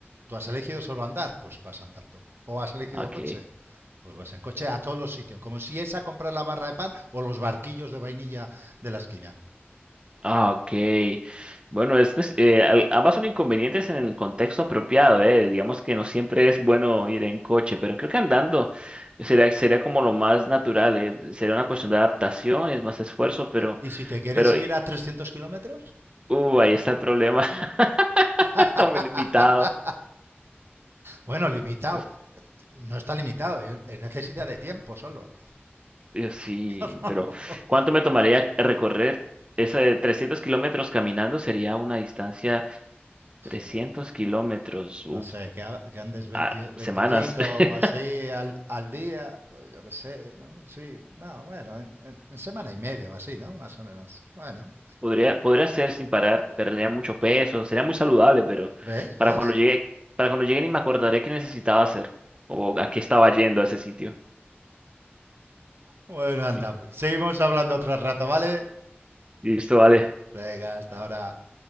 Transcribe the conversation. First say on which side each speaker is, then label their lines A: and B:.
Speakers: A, on the right; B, on the right.
A: tú has elegido solo andar, pues vas andando. O has elegido
B: Ok.
A: coche, pues vas en coche a todos los sitios. Como si es a comprar la barra de pan o los barquillos de vainilla de la esquina.
B: Ah, ok. Bueno, es que eh, al- ambas son inconvenientes en el contexto apropiado, eh. Digamos que no siempre es bueno ir en coche, pero creo que andando sería, sería como lo más natural, eh. Sería una cuestión de adaptación, es más esfuerzo, pero,
A: Y si te quieres
B: pero,
A: ir a trescientos kilómetros,
B: uh, ahí está el problema, <laughs> está
A: <laughs>
B: muy limitado.
A: bueno, limitado.
B: Es-
A: No está limitado, es es necesidad de tiempo solo.
B: eh, Sí,
A: <laughs>
B: pero ¿cuánto me tomaría recorrer esa de 300 kilómetros caminando? Sería una distancia 300
A: No
B: kilómetros, uf,
A: No sé, que, ha- que andes 20
B: a semanas.
A: 25
B: <laughs>
A: o así al, al día, pues yo qué sé, ¿no? Sí, no, bueno, en, en- en semana y media o así, ¿no? Más o menos. Bueno,
B: Podría, podría hacer sin parar, perdería mucho peso, sería muy saludable, pero
A: ¿ves?
B: para
A: ¿Ves?
B: cuando llegue, para cuando llegue ni me acordaré qué necesitaba hacer o a qué estaba yendo a ese sitio.
A: Bueno,
B: <laughs>
A: anda, pues, seguimos hablando otro rato, ¿vale?
B: Listo, vale.
A: Venga, hasta ahora.